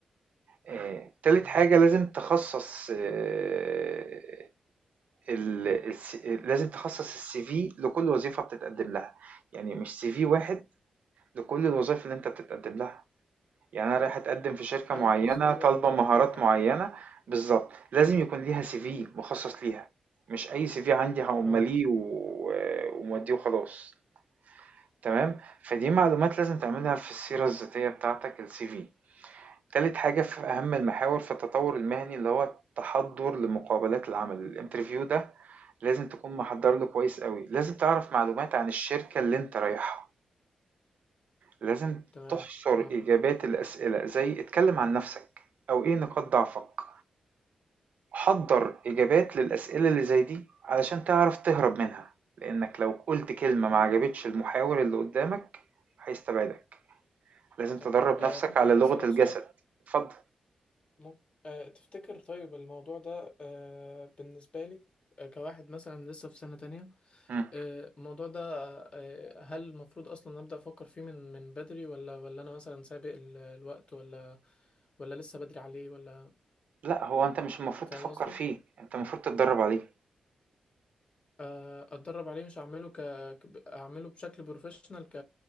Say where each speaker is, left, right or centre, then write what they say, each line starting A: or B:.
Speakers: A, on the right; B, on the left.
A: آه، تالت
B: تمام
A: حاجة لازم تخصص آه، ال... الس- لازم تخصص السي في لكل وظيفة بتتقدم لها يعني مش سي في واحد لكل الوظائف اللي انت بتتقدم لها يعني انا رايح اتقدم في شركة
B: ايوه
A: معينة
B: هو السي في
A: طالبة
B: واحد طبعا
A: مهارات
B: لكل حاجه
A: معينة بالظبط لازم يكون ليها سي في مخصص ليها مش اي سي في عندي هقمليه
B: اه
A: و... وموديه وخلاص تمام فدي معلومات لازم تعملها في السيرة الذاتية بتاعتك السي في تالت حاجة في أهم المحاور في التطور المهني اللي هو التحضر لمقابلات العمل الانترفيو ده لازم تكون محضر له كويس قوي لازم تعرف معلومات عن الشركة اللي انت رايحها لازم
B: تمام
A: تحصر
B: اه
A: إجابات الأسئلة زي اتكلم عن نفسك أو ايه نقاط ضعفك حضر إجابات للأسئلة اللي زي دي علشان تعرف تهرب منها لأنك لو قلت كلمة ما عجبتش المحاور اللي قدامك هيستبعدك لازم تدرب
B: طيب آه
A: نفسك
B: ممكن
A: على
B: أنا
A: لغة
B: أسألك
A: الجسد
B: سؤال
A: اتفضل
B: ممكن آه تفتكر طيب الموضوع ده آه بالنسبة لي آه كواحد مثلا لسه في سنة تانية
A: مم.
B: آه الموضوع ده آه هل المفروض أصلا أبدأ أفكر فيه من من بدري ولا ولا أنا مثلا سابق ال- الوقت ولا ولا لسه بدري عليه ولا
A: لأ، هو أنت مش المفروض
B: فاهم
A: تفكّر
B: قصدي؟
A: فيه، أنت المفروض تتدرّب عليه.
B: آه أتدرب عليه مش هعمله ك ك- أعمله بشكل بروفيشنال ك